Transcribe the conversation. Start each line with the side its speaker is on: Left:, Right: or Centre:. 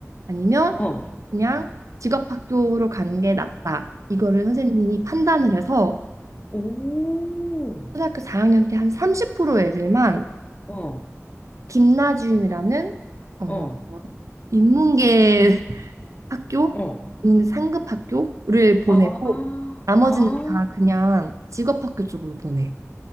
Right: 아니면
Left: 어,
Right: 그냥 직업학교로 가는 게 낫다. 이거를 선생님이 판단을 해서
Left: 오,
Right: 초등학교 4학년 때 한 30% 애들만
Left: 어,
Right: 김나지움이라는 어,
Left: 어,
Right: 인문계 <laughs> 학교,
Left: 어.
Right: 인문계 상급 학교를 보내고
Left: 아,
Right: 나머지는
Left: 아,
Right: 다 그냥 직업학교 쪽으로 보내.